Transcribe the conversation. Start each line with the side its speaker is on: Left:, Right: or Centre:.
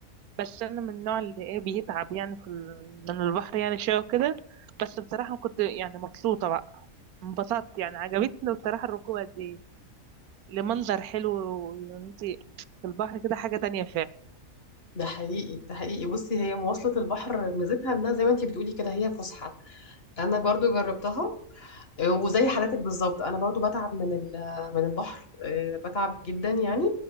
Right: بس انا من النوع اللي ايه بيتعب يعني في ال- من البحر يعني شوية وكده بس بصراحة كنت يعني مبسوطة بقى انبسطت يعني عجبتني بصراحة الركوبة دي لمنظر حلو وانتي في البحر كده حاجة تانية
Left: ده حقيقي ده حقيقي بصي هي مواصلة البحر ميزتها إنها زي ما أنتي بتقولي كده هي فسحة أنا برضو جربتها آه، وزي حالتك بالظبط انا برضو بتعب من ال- من البحر آه، بتعب جدا يعني